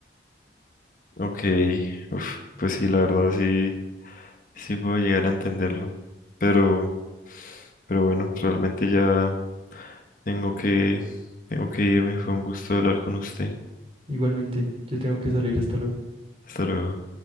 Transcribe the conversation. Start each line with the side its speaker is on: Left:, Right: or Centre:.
Left: Ok, uf, pues sí, la verdad sí, sí puedo llegar a entenderlo. Pero, pero bueno, realmente ya tengo que, tengo que irme. Fue un gusto hablar con usted.
Right: Igualmente, yo tengo que salir hasta luego.
Left: Hasta luego.